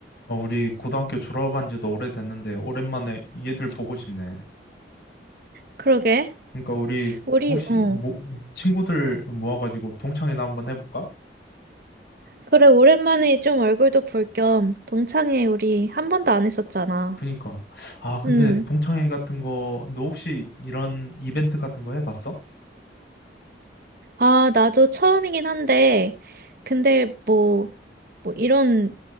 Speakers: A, on the left (about 60°); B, on the right (about 50°).
A: 어, 우리 고등학교 졸업한 지도 오래됐는데 오랜만에 얘들 보고 싶네.
B: 그러게.
A: 그러니까 우리
B: 우리,
A: 혹시
B: 어.
A: 뭐 친구들 모아가지고 동창회나 한번 해볼까?
B: 그래, 오랜만에 좀 얼굴도 볼 겸 동창회 우리 한 번도 안 했었잖아.
A: 그니까 아 근데
B: 음.
A: 동창회 같은 거 너 혹시 이런 이벤트 같은 거 해봤어?
B: 아, 나도 처음이긴 한데, 근데 뭐, 뭐 이런